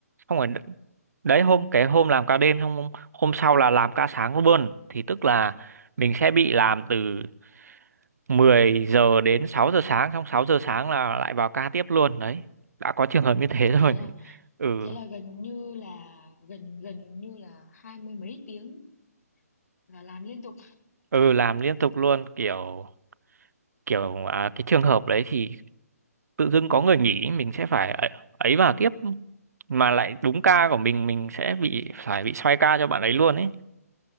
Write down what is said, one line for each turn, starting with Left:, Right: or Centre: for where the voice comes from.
Right: xong rồi đ- đấy hôm cái hôm làm ca đêm xong hôm sau là làm ca sáng luôn thì tức là mình sẽ bị làm từ 10 giờ đến 6 giờ sáng xong 6 giờ sáng là lại vào ca tiếp luôn đấy đã có trường hợp như thế
Left: Ồ,
Right: rồi
Left: thế là
Right: <laughs> ừ
Left: thế là gần như là gần gần như là hai mươi mấy tiếng là làm liên tục
Right: ừ làm liên tục luôn kiểu kiểu à, cái trường hợp đấy thì tự dưng có người nghỉ mình sẽ phải ấy, ấy vào tiếp mà lại đúng ca của mình mình sẽ bị phải bị xoay ca cho bạn ấy luôn ấy